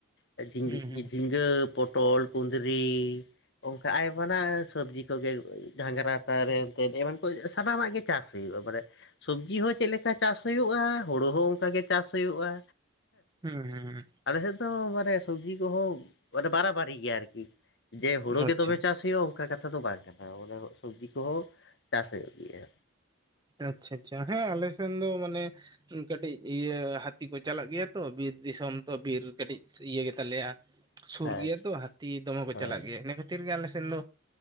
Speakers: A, on the left (about 55°); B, on the right (about 20°).
A: ᱟ ᱡᱷᱤᱸᱜᱟᱹ
B: ᱦᱩᱸ ᱦᱩᱸ
A: ᱡᱷᱤᱸᱜᱟᱹ ᱯᱚᱴᱚᱞ ᱠᱩᱸᱫᱽᱨᱤ ᱚᱝᱠᱟ ᱟᱭᱢᱟᱱᱟᱜ ᱥᱚᱵᱽᱡᱤ ᱠᱚᱜᱮ ᱜᱷᱟᱸᱜᱽᱨᱟ ᱛᱟᱨᱮᱱᱛᱮ ᱮᱢᱟᱱ ᱠᱚ ᱥᱟᱱᱟᱢᱟᱜ ᱜᱮ ᱪᱟᱥ ᱦᱩᱭᱩᱜ-ᱟ ᱢᱟᱱᱮ ᱥᱚᱵᱽᱡᱤ ᱦᱚᱸ ᱪᱮᱫ ᱞᱮᱠᱟ ᱪᱟᱥ ᱦᱩᱭᱩᱜ-ᱟ ᱦᱩᱲᱩ ᱦᱚᱸ ᱚᱱᱠᱟᱜᱮ ᱪᱟᱥ ᱦᱩᱭᱩᱜ-ᱟ
B: ᱦᱩᱸ ᱦᱩᱸ
A: ᱟᱞᱮ ᱥᱮᱫ ᱫᱚ ᱢᱟᱱᱮ ᱥᱚᱵᱽᱡᱤ ᱠᱚᱦᱚᱸ ᱢᱮᱱᱮ ᱵᱟᱨᱟ ᱵᱟᱨᱤ ᱜᱮᱭᱟ ᱟᱨᱠᱤ ᱡᱮ ᱦᱩᱲᱳ
B: ᱦᱩᱸ
A: ᱜᱮ
B: ᱟᱪᱪᱷᱟ
A: ᱫᱚᱢᱮ ᱪᱟᱥ ᱦᱩᱭᱩᱜ-ᱟ ᱚᱱᱠᱟ ᱠᱟᱛᱷᱟ ᱫᱚ ᱵᱟᱝ ᱠᱟᱱᱟ ᱢᱚᱱᱮ ᱥᱚᱵᱽᱡᱤ ᱠᱚᱦᱚᱸ ᱪᱟᱥ ᱦᱩᱭᱩᱜ ᱜᱮᱭᱟ
B: ᱟᱪᱪᱷᱟ ᱟᱪᱪᱷᱟ ᱦᱮᱸ ᱟᱞᱮ ᱥᱮᱱ ᱫᱚ ᱢᱟᱱᱮ ᱠᱟᱹᱴᱤᱡ ᱤᱭᱟᱹ ᱦᱟᱹᱛᱤ ᱠᱚ ᱪᱟᱞᱟᱜ ᱜᱮᱭᱟ ᱛᱚ ᱵᱤᱨ ᱫᱤᱥᱚᱢ ᱛᱚ ᱵᱤᱨ ᱠᱟᱹᱴᱤᱡ ᱤᱭᱟᱹ ᱜᱮᱛᱟᱞᱮᱭᱟ ᱥᱩᱨ
A: ᱦᱮᱸ
B: ᱜᱮᱭᱟ ᱛᱚ ᱦᱟᱹᱛᱤ ᱫᱚᱢᱮ ᱠᱚ
A: ᱦᱳᱭ
B: ᱪᱟᱞᱟᱜ ᱜᱮᱭᱟ ᱤᱱᱟᱹ ᱠᱷᱟᱹ ᱛᱤᱨ ᱜᱮ ᱟᱞᱮ ᱥᱮᱱ ᱫᱚ